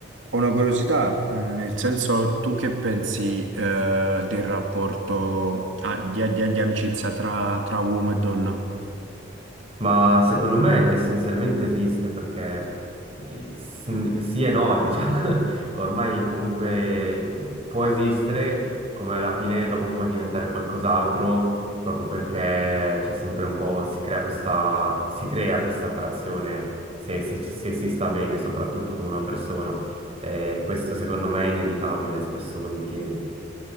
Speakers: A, on the right (about 90°); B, on the right (about 30°).
A: ho una curiosità, mh, nel senso, tu che pensi, eh, del rapporto, ah, di, di- di amicizia tra, tra uomo e donna?
B: Ma secondo me essenzialmente esiste perché cioè, s- sì e no, diciamo, <laughs> ormai comunque può esistere, come alla fine dopo può diventare qualcos'altro, proprio perché c'è sempre un po', si crea questa, si crea questa attrazione se, se ci- se si sta bene, soprattutto con una persona. Eh, questo secondo me è inevitabile, spesso e volentieri.